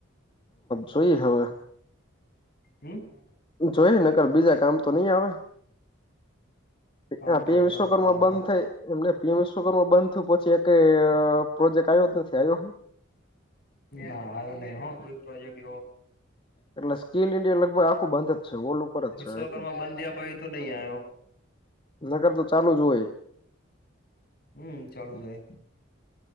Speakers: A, on the left (about 25°); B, on the left (about 45°).
A: જોઈએ હવે.
B: હમ.
A: જોઈએ નગર બીજા કામ તો નઈ આવે
B: કામ
A: આ પીએમ
B: તો ઘણા
A: વિશ્વ
B: બધા
A: કરમાં
B: આવવાના
A: બંધ થઈ. એમને પીએમ વિશ્વકર માં બંધ થયું પછી એક પ્રોજેક્ટ આવ્યો જ નથી આવ્યો
B: ના, આયો નઈ હ કોઈ પ્રોજેક્ટ એવો
A: એટલે સ્કીલ ઈન્ડિયા લગભગ આખું બંધ જ છે વર્લ્ડ ઉપર જ
B: વિશ્વકર્મા
A: છે, આઈ થિંક
B: બંધ થયા પછી તો નહી આવ્યો
A: નગર તો ચાલુ જ હોય.
B: હમ, ચાલુ જાય.